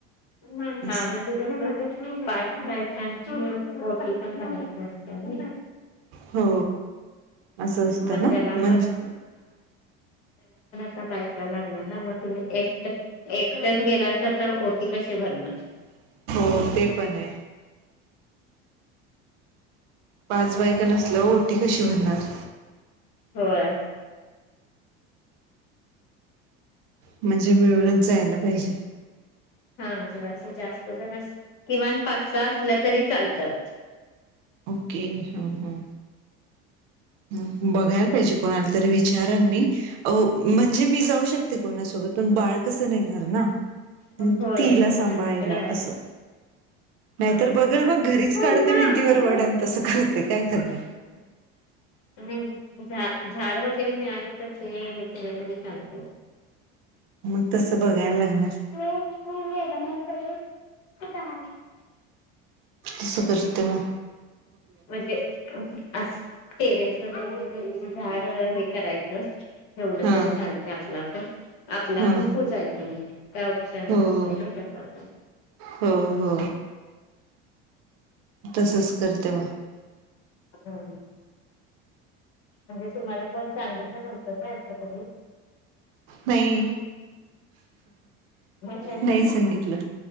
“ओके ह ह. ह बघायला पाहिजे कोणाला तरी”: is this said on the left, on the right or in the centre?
Right